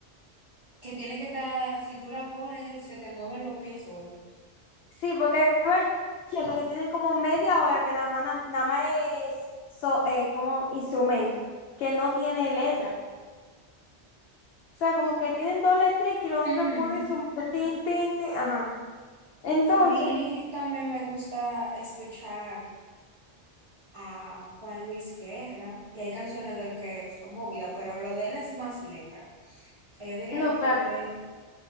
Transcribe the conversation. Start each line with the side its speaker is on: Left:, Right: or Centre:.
Right: Que tiene que estar, si tú la pones, se te mueven los pies solos.
Left: Sí, porque hay bachilleratos que tienen como media hora que nada más, na- nada más es so- eh, como instrumento, que no tiene letra. O sea, como que tienen dos letras y lo
Right: Ujú.
Left: otro es puro instrumento. Tin, tin, tin, ajá. Entonces,
Right: A mí también me gusta escuchar a Juan Luis Guerra y hay canciones del que son movidas, pero lo de él es más letra. O sea, yo diría
Left: no,
Right: que lo
Left: claro.
Right: de él